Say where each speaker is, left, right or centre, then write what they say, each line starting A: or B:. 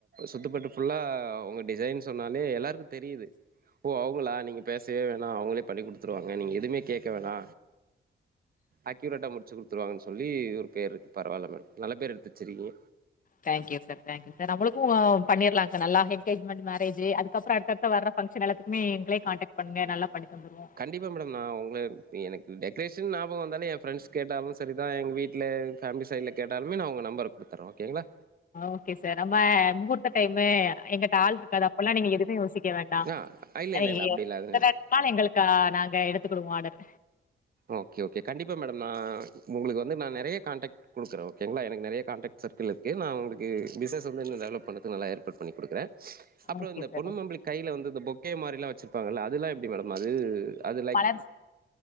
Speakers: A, on the right (about 50°); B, on the left (about 45°).
A: சுத்தப்பட்டு ஃபுல்லா உங்க டிசைன் சொன்னாலே எல்லாருக்கு தெரிது ஓ அவுங்களா நீங்க பேசவே வேணா அவுங்களே பண்ணி குடுத்துருவாங்க நீங்க எதுவுமே கேட்க வேணா அக்யூரேட்டா முடிச்சு குடுத்துருவாங்கனு சொல்லி ஒரு பேருரிருக்கு பரவால்ல மேடம் நல்ல பேர் எடுத்து வெச்சிருக்கீங்க
B: thank you sir thank you sir நம்ளுக்கு பண்ணிர்லா சார் நல்லா என்கேஜ்மெண்ட் மேரேஜ்ஜூ அதுக்கப்றோ அடுத்தடுத்து வர ஃபங்ஷன் எல்லத்துக்குமே எங்களே காண்டாக்ட் பண்ணுங்க நல்லா பண்ணி தந்துருவோ
A: கண்டிப்பா மேடம் நா உங்கள எனக் டெக்ரேஷன் ஞாபகம் வந்தாலே என் ஃப்ரெண்ட்ஸ் கேட்டாலு சரிதா எங்க வீட் டுல ஃபேமிலி சைடுல கேட்டாலுமே நா உங்க நம்பர குடுத்தர்றே ஓகேங்களா
B: ஓகே சார் நம்ம முகூர்த்த டைம்மு எங்கிட்ட ஆள் இருக்காது அப்பபெல்லா? நீங்க எதுவுமே யோசிக் கே வேண்டாம்
A: ஆ இல்ல இல்ல
B: எ <unintelligible>
A: இல்ல அப்டிலா எது நெனைக்க ஆ
B: எங்ளுக்கு நாங்க எடுத்துக்கிடுவோ ஆர்டர்
A: ஓகே ஓகே கண்டிப்பா மேடம் நா உங்ளுக்கு வந்து நா நெறய காண்டக்ட் குடுக்றே ஓகேங்ளா எனக் நெறைய கண்டாக்ட் சர்கிள்யிருக்கு நா உங்ளுக்கு பிஸ்னஸ் வந்து டெவலப் பண்ணத்துக்கு நல்லா ஏற்பாடு பண்ணி குடுக்குறே அப்றோ
B: ஓகே
A: இந்த
B: சார்
A: பொண்ணுமாப்ளைக்கு கையில வந்து இந்த பொக்கே மாரிலா வச்சிருப்பாங்கல்ல அதுல்லா எப்டி மேடம் அது அது லைக்
B: மலர்